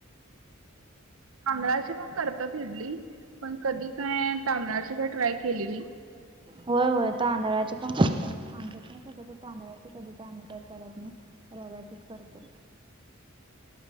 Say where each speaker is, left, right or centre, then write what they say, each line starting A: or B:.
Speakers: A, on the right; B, on the right.
A: तांदळाची पण करतात इडली पण कधी काय तांदळाची काय ट्राय केली नाही
B: होय होय तांदळाची पण करतात आमाच्याकडे कसं गं तांदळाची कधी ग आम्ही काय करत नाही रव्याचीचं करतो